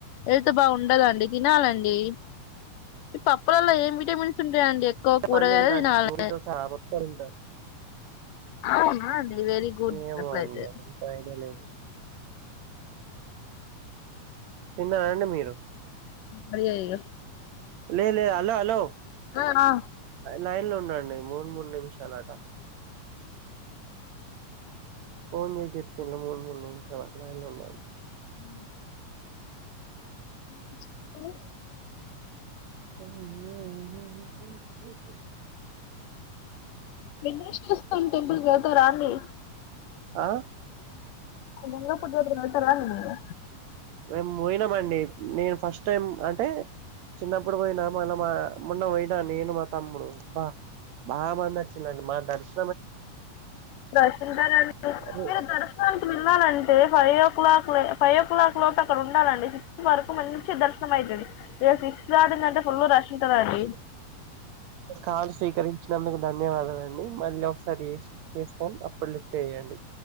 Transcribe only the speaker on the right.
అన్ని తింట
అండి గోపితో సహా మొత్తం తింటా.
ఏమో
అండి అంత ఐడియా లేదు. తిన్నారా అండి మీరు
లే లే హలో హలో
లైన్ లో ఉండండి మూడు మూడు నిమిషాలు అట.
ఫోన్ చేసి చెప్పిండు మూడు మూడు నిమిషాలు అట్లా లైన్ లో ఉండండి.
ఆ ఆ హా హా
ఆ
మేము పోయినమండి. నేను ఫస్ట్ టైం అంటే చిన్నప్పుడు పోయినా మళ్ళ మా మొన్న పోయినా నేను మా తమ్ముడు, బా బాగా మంది వచ్చిరండి మా దర్శ్
అదే
కాలు స్వీకరించినందుకు ధన్యవాదాలు అండి. మళ్ళీ ఒకసారి చేస్ చేస్తాం అప్పుడు ప్పుడు లిఫ్ట్ చేయండి.